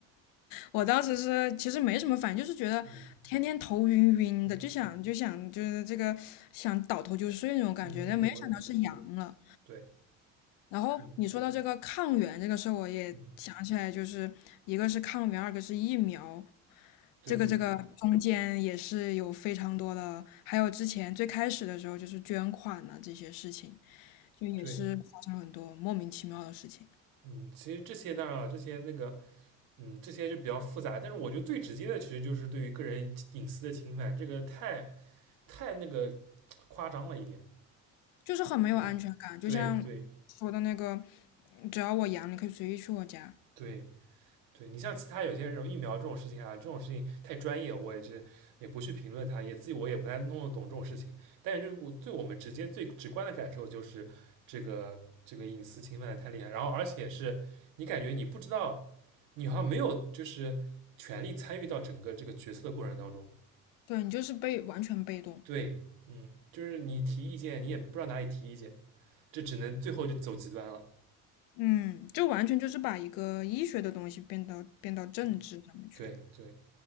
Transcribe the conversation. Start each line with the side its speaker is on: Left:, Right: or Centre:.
Left: 我当时是其实没什么反应，就是觉得天天头晕晕的，
Right: 嗯嗯
Left: 就想就想就是这个想倒头就睡那种感觉，
Right: 嗯，
Left: 但没想到是阳了。
Right: 我也是，对，
Left: 然后你说到这个抗原这个事儿我也想起来，
Right: 嗯嗯，
Left: 就是一个是抗原，二个是疫苗，
Right: 对对对
Left: 这个这个中间也是有非常多的，还有之前最开始的时候就是捐款呐、这些事情，就也是发生了很多莫名其妙的事情，
Right: 对，嗯，其实这些当然了，这些那个，嗯，这些就比较复杂，但是我觉得最直接的其实就是对于个人隐私的侵犯，这个太太那个夸张了一点，
Left: 就是很没有安全感。
Right: 对
Left: 就像说的那个，
Right: 对对
Left: 只要我阳，你可以随意去我家，
Right: 对对你像其他有些人疫苗这种事情啊，这种事情太专业，我也是也不去评论它，也自己我也不太弄得懂这种事情。但是就是我对我们直接最直观的感受就是这个这个隐私侵犯的太厉害，然后而且是你感觉你不知道，你好像没有就是权利参与到整个这个决策的过程当中。
Left: 对你就是被完全被动，
Right: 对，嗯，就是你提意见，你也不知道哪里提意见，这只能最后就走极端了。
Left: 嗯，就完全就是把一个医学的东西变到变到政治上面去了。
Right: 这对对，